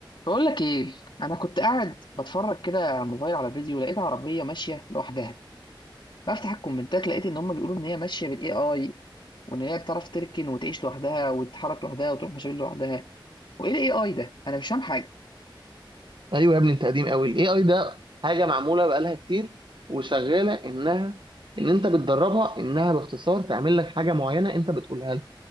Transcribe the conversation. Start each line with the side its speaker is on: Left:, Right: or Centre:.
Left: بقول لك ايه انا كنت قاعد بتفرج كده على الموبايل على فيديو لقيت عربيه ماشيه لوحدها بفتح الكومنتات لقيت ان هم بيقولوا ان هي ماشيه بالاي اي وان هي بتعرف تركن وتعيش لوحدها وتتحرك لوحدها وتروح مشاوير لوحدها وايه الاي اي ده انا مش فاهم حاجه
Right: ايوه يا ابني انت قديم قوي الاي اي ده حاجه معموله بقالها كتير وشغاله انها ان انت بتدربها انها باختصار تعمل لك حاجه معينه انت بتقولها لها